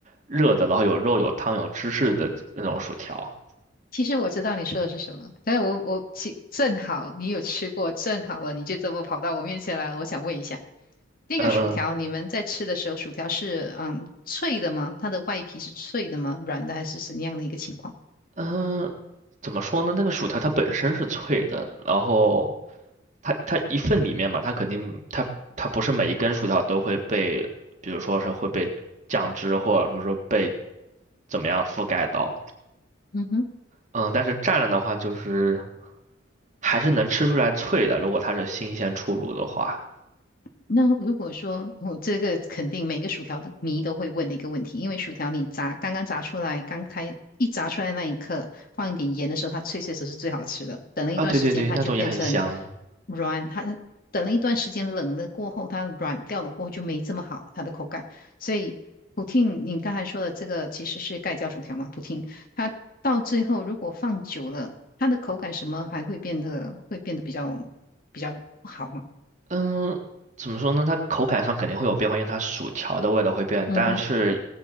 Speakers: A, on the right; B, on the left.
A: 热的，然后有肉、有汤、有芝士的那种薯条。
B: 其实我知道你说的是什么，但是我我其正好你有吃过，正好了你就这么跑到我面前来了，我想问一下。那个薯条，
A: 嗯嗯
B: 你们在吃的时候，薯条是嗯脆的吗？它的外皮是脆的吗？软的还是怎样的一个情况？
A: 嗯，怎么说呢？那个薯条它本身是脆的，然后它它一份里面嘛，它肯定它它不是每一根薯条都会被，比如说是会被酱汁或者说是被怎么样覆盖到。
B: 嗯哼。
A: 嗯，但是蘸了的话，就是还是能吃出来脆的，如果它是新鲜出炉的话。
B: 那如果说我、这个肯定每个薯条的迷都会问的一个问题，因为薯条你炸刚刚炸出来，刚开一炸出来那一刻，放一点盐的时候，它脆脆的时候是最好吃的。等了一段时间，
A: 啊，对对对，
B: 它就变成
A: 那种也很香。
B: 软，它等了一段时间冷了过后，它软掉了过后就没这么好它的口感。所以普汀，你刚才说的这个其实是盖浇薯条嘛？普汀它到最后如果放久了，它的口感什么还会变得会变得比较比较不好嘛？
A: 嗯，怎么说呢？它口感上肯定会有变化，因为它薯条的味道会变。
B: 嗯哼。
A: 但是，